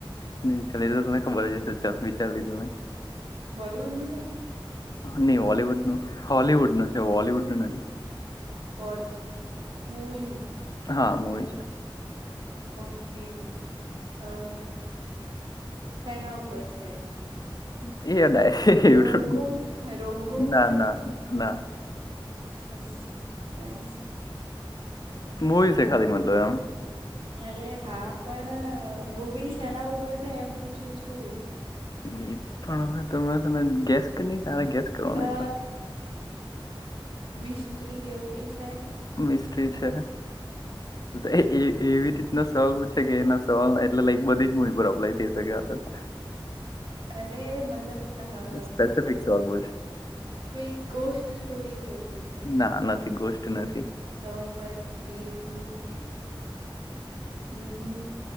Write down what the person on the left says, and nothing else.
<unintelligible> તો તને ખબર જ હશે. ચલ વિચાર લીધું મે.
નહી હોલીવુડ નું હોલીવુડ નું છે બોલિવૂડનું નથી.
હા મૂવી છે.
એ <unintelligible>
ના
ના ના.
મૂવી છેે ખાલી મતલબ એમ
એ પણ હવે તમે તને ગેસ કે નહી તારે ગેસ કરવાનો
તો
મિસ્ટ્રી છે તે એ એવી રીતના સવાલ પૂછે કે એના સવાલ એટલે લાઈક બધી જ મુવી પર અપ્લાય થઈ શકયા હતા તા
સ્પેસિફિક
સવાલ પૂછે
ના નથી ગોસ્ટ નથી.